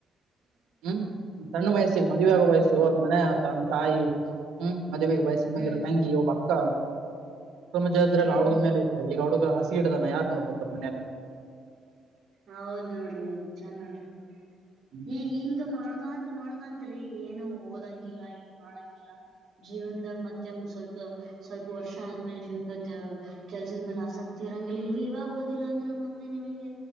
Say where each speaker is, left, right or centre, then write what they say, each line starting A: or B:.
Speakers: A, on the right; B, on the right.
A: ಹ್ಮ್ ಸಣ್ಣ ವಯಸ್ಸು ಮದುವೆ
B: ಹ್ಮ್
A: ಆಗೋ ವಯಸ್ಸು ಅವ್ರ್ ಮನೆ ಆ ಅವ್ನ್ ತಾಯಿ ಹ್ಮ್ ಮದುವೆಗೆ ವಯಸ್ಸಿಗೆ ಬಂದಿರೋ
B: ಹ್ಮ್
A: ತಂಗಿ, ಒಬ್ಬ ಅಕ್ಕ ಕುಟುಂಬದ್ ಜವಾಬ್ದಾರಿಯೆಲ್ಲ
B: ಹ್ಮ್
A: ಆ ಹುಡ್ಗನ್ ಮೇಲ್ ಐತ್ರಿ ಈಗ್ ಆ ಹುಡ್ಗ ಹಾಸ್ಗಿ ಹಿಡ್ದಾನ ಯಾರ್ ನೋಡ್ಬೇಕು ಅವ್ರ್ ಮನೆಯಾಗ್
B: ಹೌದ್ ನೋಡ್ರಿ ನಿಜ ನೋಡ್ರಿ
A: ಹ್ಮ್
B: ಈಗ್ ಹಿಂಗ್ ಮಾಡ್ಕಂತ್ ಮಾಡ್ಕಂತ್ ಏನು ಓದಂಗಿಲ್ಲ ಏನ್ ಮಾಡಂಗಿಲ್ಲ ಜೀವನ್ದಾಗ್ ಮತ್ತೆ ಸ್ವಲ್ಪ ಸ್ವಲ್ಪ ವರ್ಷ ಆದ್ಮೇಲೆ ಜೀವನ್ದಾಗ ಕೆಲ್ಸದ್ ಮೇಲ್ ಆಸಕ್ತಿ ಇರಂಗಿಲ್ಲಾ ಇವು ಇವಾಗ್ ಓದಿಲ್ಲ ಅಂದ್ರೆ ಮುಂದೆ ನಿಮಿಗೆ